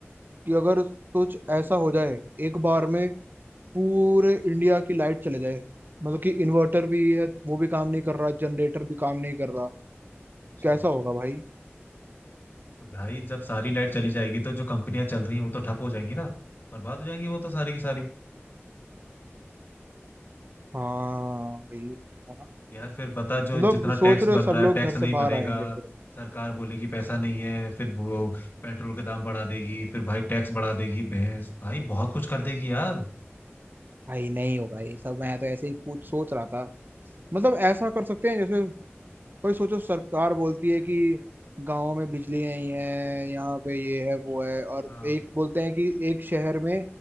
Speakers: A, on the right (about 45°); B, on the left (about 50°).
A: कि अगर कुछ ऐसा हो जाए एक बार में पूरे इंडिया की लाइट चले जाए मतलब कि इन्वर्टर भी है वो भी काम नहीं कर रहा जनरेटर भी काम नहीं कर रहा
B: अच्छा
A: कैसा होगा भाई
B: तो भाई जब सारी लाइट चली जाएगी तो जो कंपनियां चल रही हैं वो तो ठप हो जाएंगी ना बर्बाद हो जाएंगी वो तो सारी की सारी
A: हाँ भाई है ना
B: यार फिर बता जो
A: मतलब
B: जितना
A: सोच
B: टैक्स
A: रहे
B: बन
A: हो सब
B: रहा है
A: लोग
B: टैक्स
A: घर
B: नहीं
A: से
B: बनेगा
A: बाहर आएंगे फिर
B: सरकार बोलेगी पैसा नहीं है फिर वो पेट्रोल के दाम बढ़ा देगी फिर भाई टैक्स बढ़ा देगी भैंस भाई बहुत कुछ कर देगी यार
A: भाई नहीं होगा ये सब मैं तो ऐसे ही पूछ सोच रहा था मतलब ऐसा कर सकते हैं जैसे भाई सोचो सरकार बोलती है कि गांव में बिजली नहीं है यहाँ पे ये है वो है और
B: हाँ
A: एक बोलते हैं कि एक शहर में